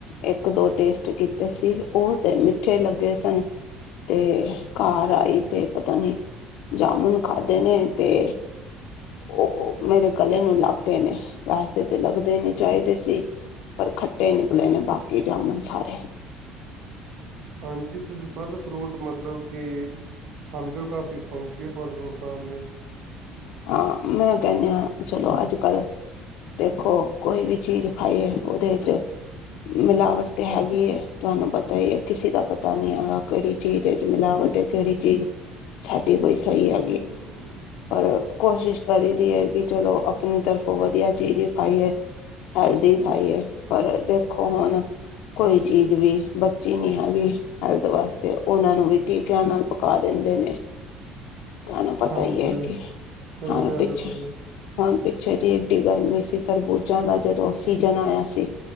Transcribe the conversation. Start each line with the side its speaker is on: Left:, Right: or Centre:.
Left: ਇੱਕ ਦੋ ਟੇਸਟ ਕੀਤੇ ਸੀ, ਉਹ ਤੇ ਮਿੱਠੇ ਲੱਗੇ ਸਨ। ਤੇ ਘਰ ਆਈ ਤੇ ਪਤਾ ਨੀ ਜਾਮੁਨ ਖਾਧੇ ਨੇ ਤੇ ਉਹ ਹੋ ਮੇਰੇ ਗਲੇ ਨੂੰ ਲੱਗ ਗਏ ਨੇ, ਵੈਸੇ ਤੇ ਲੱਗਦੇ ਨੀ, ਚਾਹੀਦੇ ਸੀ। ਪਰ ਖੱਟੇ ਨਿਕਲੇ ਨੇ ਬਾਕੀ ਜਾਮੁਨ ਸਾਰੇ।
Right: ਹਾਂਜੀ ਤੁਸੀਂ ਫਲ ਫਰੂਟ ਮਤਲਬ ਕਿ ਖਾਂਦੇ ਹੋ ਕਾਫ਼ੀ ਸੌਂਕੀ ਫਲ ਫਰੂਟ ਖਾਣ ਦੇ,
Left: ਹਾਂ ਮੈਂ ਕਹਿੰਦੇ ਆ ਚਲੋ ਅੱਜ ਕੱਲ ਦੇਖੋ ਕੋਈ ਵੀ ਚੀਜ਼ ਖਾਈਏ ਉਹਦੇ ਚ, ਮਿਲਾਵਟ ਤੇ ਹੈਗੀ ਹੈ ਤੁਹਾਨੂੰ ਪਤਾ ਹੀ ਹੈ, ਕਿਸੇ ਦਾ ਪਤਾ ਨੀ ਹੈਗਾ ਕਿਹੜੀ ਚੀਜ਼ ਮਿਲਾਵਟ ਹੈ, ਕਿਹੜੀ ਚੀਜ਼ ਸਾਡੀ ਬਈ ਸਹੀ ਹੈ।
Right: ਹੂੰ,
Left: ਪਰ ਕੋਸ਼ਿਸ਼ ਕਰੀ ਦੀ ਹੈ ਕਿ ਚਲੋ, ਆਪਣੀ ਤਰਫੋਂ ਵਧੀਆ ਚੀਜ਼ ਖਾਈਏ ਹੈਲਦੀ। ਖਾਈ ਏ ਪਰ ਦੇਖੋ ਹੁਣ ਕੋਈ ਚੀਜ਼ ਵੀ ਬੱਚੀ ਨਹੀਂ ਹੈਗੀ ਹੈਲਥ ਵਾਸਤੇ ਉਹਨਾਂ ਨੂੰ ਵੀ ਟੀਕਿਆਂ ਨਾਲ ਪਕਾ ਦਿੰਦੇ ਨੇ ਤੁਹਾਨੂੰ,
Right: ਹਾਂਜੀ
Left: ਪਤਾ ਹੀ ਐ ਕਿ
Right: ਸਹੀ
Left: ਹਰ
Right: ਕਹਿ
Left: ਪਿੱਛੇ
Right: ਰਹੇ ਹੋ ਤੁਸੀਂ
Left: ਹੁਣ ਪਿੱਛੇ ਜੇ ਐਡੀ ਗਰਮੀ ਸੀ ਤਰਬੂਜਾਂ ਦਾ ਜਦੋਂ ਸੀਜਨ ਆਇਆ ਸੀ।